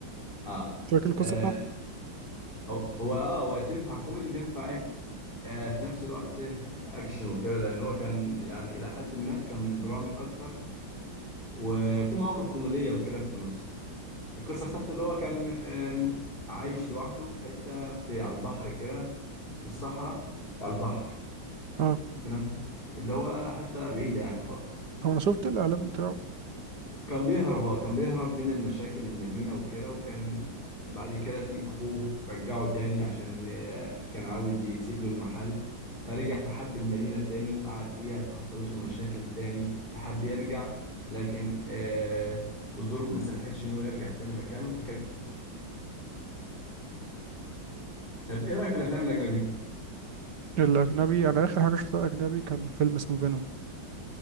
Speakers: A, on the left; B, on the right.
A: اه
B: فاكر القصه
A: آه،
B: بتاعته
A: هو هو اه هو تنفع كوميدي وتنفع ايه آه في نفس الوقت إيه، اكشن وكده لان هو كان يعني الى حد ما كان درامي اكتر وفي مواقف كوميديه وكده في النص القصة بتاعته اللي هو كان آم، عايش لوحده في حتة في على البحر كده في الصحراء وعلى البحر
B: اه
A: في نفس الوقت، اللي هو حتة بعيدة يعني خالص
B: هو انا شفت الاعلان بتاعه
A: كان بيهرب اه كان بيهرب من المشاكل المدينة وكده وكان بعد كده تي أخوه رجعه تاني عشان آه، كان عاوز يسيب له المحل فرجع فحب المدينة تاني وقعد فيها فحصلت له مشاكل تاني فحب يرجع لكن آه الظروف ما سمحتش إن هو يرجع تاني مكانه فكان طب إيه رأيك في الأفلام الأجنبية؟
B: الأجنبي أنا آخر حاجة شفتها أجنبي كان فيلم اسمه فينوم